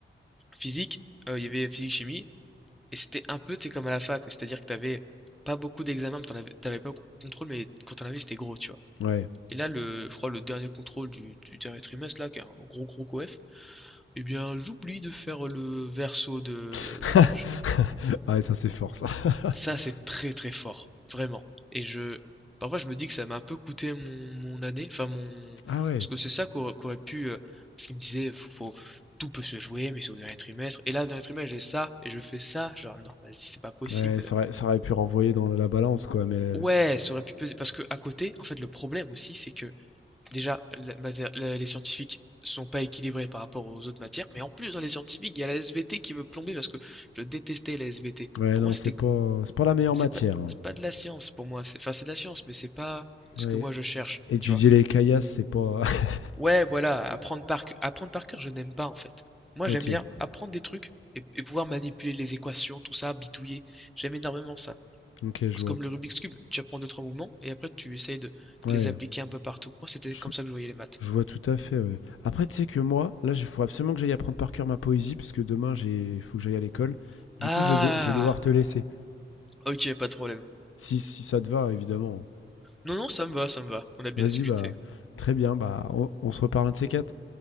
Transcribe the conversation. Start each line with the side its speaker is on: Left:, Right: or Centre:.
Centre: physique, euh, il y avait physique-chimie, et c'était un peu, tu sais, comme à la fac, c'est-à-dire que t'avais pas beaucoup d'examens, mais t'en avais, t'avais pas beaucoup de contrôle, mais quand t'en avais, c'était gros, tu vois.
Left: Ouais.
Centre: Et là, le, je crois, le dernier contrôle du, du dernier trimestre, là, qui est un gros gros coef, eh bien, j'oublie de faire le verso de
Left: <laughs>
Centre: la page.
Left: ah ouais, ça c'est fort ça.
Centre: Ça,
Left: <laughs>
Centre: c'est très très fort, vraiment. Et je, parfois, je me dis que ça m'a un peu coûté mon, mon année, enfin mon,
Left: Ah ouais.
Centre: parce que c'est ça qu'aurait qu'aurait pu, euh, parce qu'il me disait, faut, tout peut se jouer, mais c'est au dernier trimestre. Et là, au dernier trimestre, j'ai ça et je fais ça, genre non, vas-y, c'est pas possible.
Left: Ouais, ça aurait, ça aurait pu renvoyer dans la balance quoi, mais euh,
Centre: Ouais, ça aurait pu peser, parce que à côté, en fait, le problème aussi, c'est que déjà, la maté- la- les scientifiques sont pas équilibrés par rapport aux autres matières, mais en plus dans les scientifiques, il y a la SVT qui me plombait parce que je détestais la SVT.
Left: ouais
Centre: Pour
Left: non,
Centre: moi,
Left: c'est
Centre: c'était
Left: pas c'est pas la meilleure
Centre: c'est
Left: matière.
Centre: pas,
Left: hein.
Centre: c'est pas de la science pour moi. C'est- Enfin, c'est de la science, mais c'est pas ce
Left: Ouais.
Centre: que moi je cherche,
Left: Étudier
Centre: tu vois.
Left: les caillasses, c'est pas. <laughs>
Centre: Ouais, voilà, apprendre par, cœur- apprendre par cœur, je n'aime pas en fait. Moi,
Left: Ok.
Centre: j'aime bien apprendre des trucs et, et pouvoir manipuler les équations, tout ça, bitouiller. J'aime énormément ça.
Left: Ok, je
Centre: C'est
Left: vois.
Centre: comme le Rubik's Cube, tu apprends deux, trois mouvements et après tu essayes de
Left: Ouais.
Centre: les appliquer un peu partout. Moi, c'était
Left: Je,
Centre: comme ça que je voyais les maths.
Left: je vois tout à fait. ouais. Après, tu sais que moi, là, il faut absolument que j'aille apprendre par cœur ma poésie parce que demain j'ai faut que j'aille à l'école. Du
Centre: Ah,
Left: coup, je vais, de- je vais devoir te laisser.
Centre: ok, pas de problème.
Left: Si, si ça te va, évidemment.
Centre: Non, non, ça me va, ça me va. On a bien
Left: Vas-y,
Centre: discuté.
Left: bah, très bien. Bah, on, on se reparle un de ces quatre.